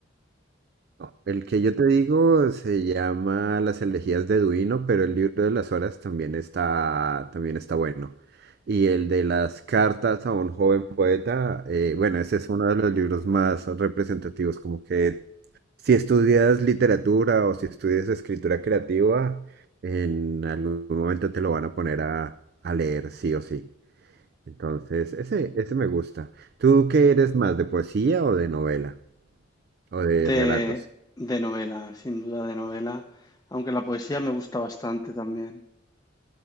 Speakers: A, on the right; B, on the left.
A: No, El que yo te digo se llama Las elegías de Duino, pero el libro de las horas también está, también está bueno. Y el de las cartas a un joven poeta, eh, bueno, ese es uno de los libros más representativos, como que si estudias literatura o si estudias escritura creativa, en algún momento te lo van a poner a, a leer, sí o sí. Entonces, ese, ese me gusta. ¿Tú qué eres más, de poesía o de novela o de
B: De,
A: relatos?
B: de novela, sin duda de novela, aunque la poesía me gusta bastante también.